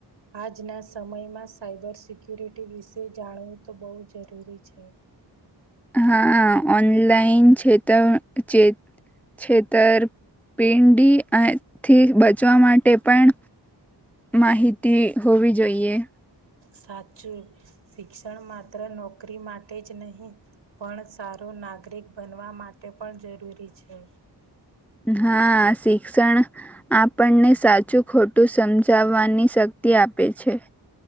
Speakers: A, on the right (about 85°); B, in the centre.
A: આજના સમયમાં સાયબર સિક્યુરિટી વિશે જાણવું તો બહુ જરૂરી છે.
B: હા ઓનલાઈન છેતર ચેત છેતરપિંડી અ થી બચવા માટે પણ માહિતી હોવી જોઈએ.
A: સાચું. શિક્ષણ માત્ર નોકરી માટે જ નહી. પણ સારું નાગરિક બનવા માટે પણ જરૂરી છે.
B: હા શિક્ષણ આપણને સાચું ખોટું સમજાવવાની શક્તિ આપે છે.